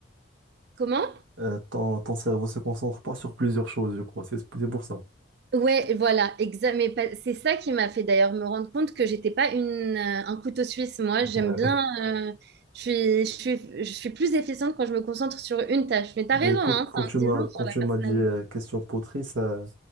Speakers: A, on the right; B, on the right.
A: Comment?
B: Euh, ton, ton cerveau se concentre pas sur plusieurs choses, je crois. C'est c'est pour ça.
A: Ouais, voilà, exact. Mais pas- c'est ça qui m'a fait d'ailleurs me rendre compte que j'étais pas une, euh, un couteau suisse. Moi, j'aime
B: Ouais.
A: bien.
B: <laughs>
A: euh, je suis, je suis, je suis plus efficiente quand je me concentre sur une tâche. Mais t'as
B: Ben
A: raison,
B: écoute,
A: hein,
B: quand
A: ça
B: tu
A: en dit
B: m'as
A: long sur
B: quand
A: la
B: tu
A: personne.
B: m'as dit euh, question de poterie, ça,